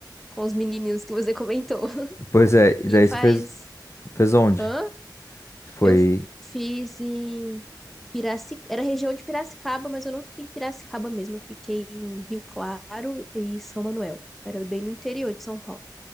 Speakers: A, in the centre; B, on the left.
A: com os menininhos que você comentou. <laughs>
B: Pois é, e
A: E
B: daí
A: faz.
B: você fez fez onde?
A: Hã?
B: Foi
A: Eu fiz em Piraci... Era região de Piracicaba, mas eu não fiquei em Piracicaba mesmo. Eu fiquei em Rio Claro e São Manuel. Era bem no interior de São Paulo.